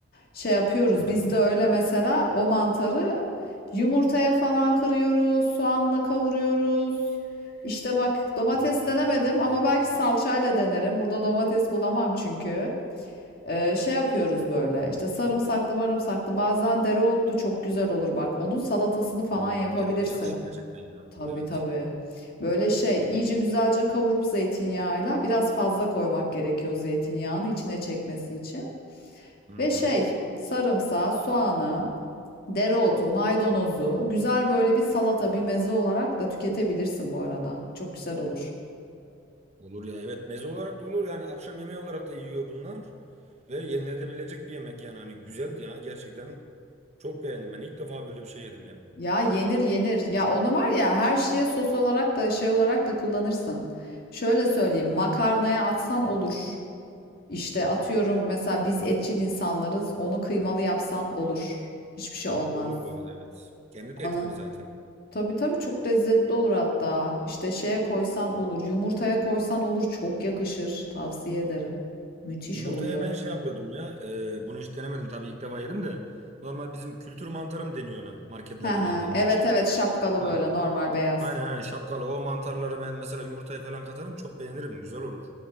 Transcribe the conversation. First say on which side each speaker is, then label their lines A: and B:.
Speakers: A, on the left (about 50°); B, on the right (about 35°).
A: Şey yapıyoruz
B: Hı hı.
A: biz de öyle mesela o mantarı yumurtaya falan kırıyoruz, soğanla kavuruyoruz. İşte bak domates
B: Hmm.
A: denemedim ama belki salçayla denerim. Burada domates bulamam çünkü. Ee, şey yapıyoruz böyle işte sarımsaklı marımsaklı bazen dereotlu çok güzel olur bak. Onun salatasını falan
B: O
A: yapabilirsin.
B: dereotu yakışır gerçekten ya.
A: Tabii
B: Evet.
A: tabii. Böyle şey iyice güzelce kavurup zeytinyağıyla biraz fazla koymak gerekiyor zeytinyağını içine çekmesi için.
B: Hı
A: Ve
B: hı.
A: şey sarımsağı, soğanı, dereotu, maydanozu güzel böyle bir salata bir meze olarak da tüketebilirsin bu arada. Çok güzel olur.
B: Olur ya. Evet meze olarak da olur yani akşam yemeği olarak da yiyor bunlar. Ve yenilebilecek bir yemek yani hani güzeldi ya gerçekten çok beğendim ben ilk defa böyle bir şey yedim ya.
A: Ya yenir yenir. Ya onu var ya her şeye sos olarak da şey olarak da kullanırsın. Şöyle söyleyeyim makarnaya atsan olur. İşte atıyorum mesela biz etçil insanlarız. Onu kıymalı yapsan olur. Hiçbir şey olmaz.
B: Olur bu arada evet. Kendi de
A: Ana.
B: et gibi zaten.
A: Tabii tabii çok lezzetli olur hatta. İşte şeye koysan olur. Yumurtaya koysan olur. Çok yakışır. Tavsiye ederim. Müthiş
B: Yumurtaya
A: oluyor.
B: ben şey yapıyordum ya. e, bunu hiç denemedim tabii ilk defa yedim de. Normal bizim kültür mantarı mı deniyor ona marketlerden
A: He he.
B: aldığımıza?
A: Evet evet şapkalı
B: Ha.
A: böyle normal beyaz.
B: Aynen aynen şapkalı. O mantarları ben mesela yumurtaya falan katarım çok beğenirim. Güzel olur.